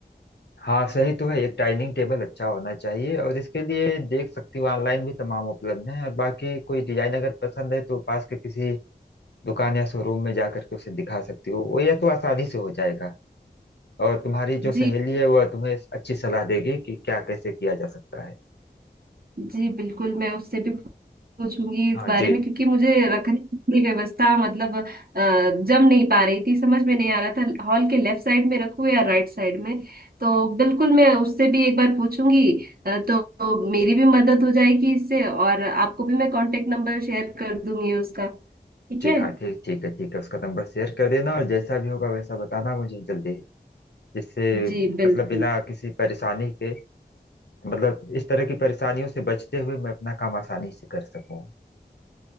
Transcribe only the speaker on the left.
हाँ सही तो है एक डाइनिंग टेबल अच्छा होना चाहिए और इसके लिए देख सकती हो ऑनलाइन भी तमाम उपलब्ध हैं और बाकी कोई डिजाइन अगर पसंद है तो पास के किसी दुकान या शोरूम में जा करके उसे दिखा सकती हो वो यह तो आसानी से हो जाएगा और तुम्हारी जो सहेली
है वह तुम्हें अच्छी सलाह देगी कि क्या कैसे किया जा सकता है
हाँ
जी
जी
हाँ ठीक ठीक है ठीक है उसका नंबर शेयर कर देना और जैसा भी होगा वैसा बताना मुझे जल्दी जिससे
मतलब
बिना किसी परेशानी के मतलब इस तरह की परेशानियों से बचते हुए मैं अपना काम आसानी से कर सकूं